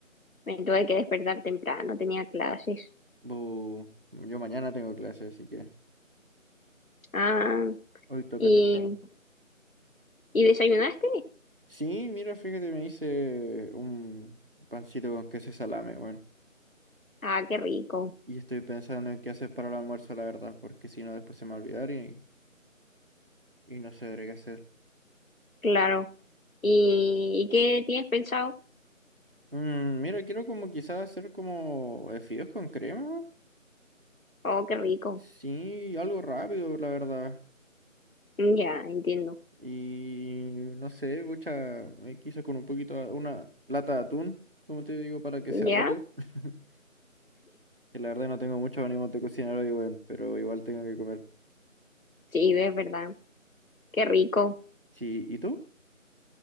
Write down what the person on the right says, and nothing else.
Bu, yo mañana tengo clase, así que
hoy toca
temprano.
Sí, mira, fíjate, me hice un pancito con queso y salame, weón.
Y estoy pensando en qué hacer para el almuerzo, la verdad, porque si no después se me va a olvidar y, y no sabré qué hacer.
Mm, mira, quiero como quizás hacer como eh, fideos con crema.
Sí, algo rápido, la verdad.
Y no sé, mucha, quizás con un poquito, de- una lata de atún, como te digo, para que
sea rápido. <laughs> Que la verdad no tengo mucho ánimo de cocinar hoy, weón, pero igual tengo que comer.
Sí, ¿y tú?